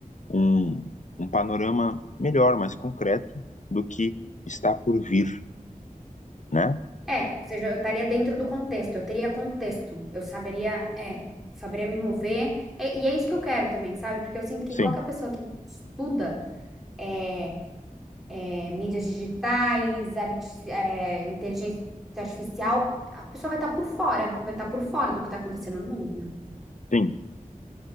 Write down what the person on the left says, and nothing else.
um, um panorama melhor, mais concreto do que está por vir, né?
Sim,
sim.